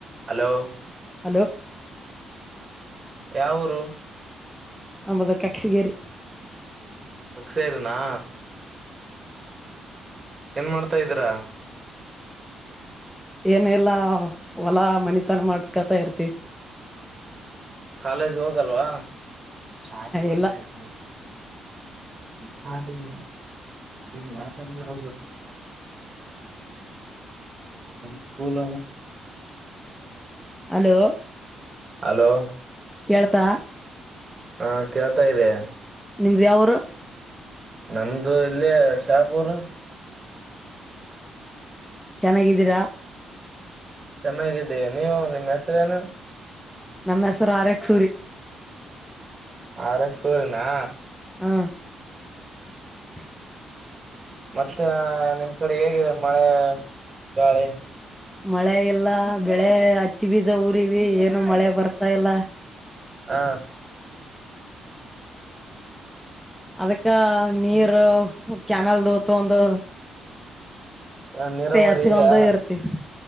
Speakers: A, on the right; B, in the centre.
A: Hello.
B: Hello.
A: ಯಾವ ಊರು.
B: ನಮ್ಮದು ಕಕ್ಷಿಗೇರಿ.
A: ಕಕ್ಷಿಗೆರಿನಾ. ಏನ್ ಮಾಡ್. ತಾ ಇದ್ದೀರಾ.
B: ಏನಿಲ್ಲಾ ಹೊಲಾ ಮನಿತನ ಮಾಡ್ಕತಾ ಇರ್ತಿವಿ.
A: ಕಾಲೇಜ್ ಹೋಗಲ್ವಾ. ಶಾಲಿಗಳು
B: ಇಲ್ಲ
A: ಬರಕ್ ಶಾಲಿ <inaudible> <inaudible> <inaudible> ಇಲ್ಲ ಸ್ಕೂಲ್
B: ಹಲೋ
A: ಹಲೋ
B: ಕೇಳ್ತಾ
A: ಹಾ ಕೇಳ್ತಾ ಇದದೆ
B: ನಿಮ್ದ ಯಾವರು
A: ನಮ್ದು ಇಲ್ಲಿ ಶಾಪುರ್
B: ಚೆನ್ನಾಗಿದ್ದೀರಾ
A: ಚೆನ್ನಾಗಿದ್ದೀ ನೀವು ನಿಮ್ಮ ಹೆಸರೇನು
B: ನಮ್ಮ ಹೆಸರು ಆರಕ್ಸೂರಿ
A: ಆರಕ್ ಸೂರನಾ
B: ಹ <inaudible>
A: ಮತ್ತೆ ನಿಮ್ ಕಡೆ ಹೇಗಿದೆ ಮಳೆ ಗಾಳಿ
B: ಮಳೆ ಇಲ್ಲ ಬೆಳೆ ಹಚ್ಚಿ ಬೀಜ ಊರಿವವಿ ಏನು ಮಳೆ ಬರ್ತಾ ಇಲ್ಲ
A: ಹ
B: ಅದಕ್ಕ ನೀರು ಕ್ಯಾನಲ್ ದತ್ತು ಒಂದು
A: ಹ ನೀರಾವರಿ
B: ಹಚ್ಕೊಂಡ
A: ಇದಯಾ
B: ಇರ್ತಿವಿ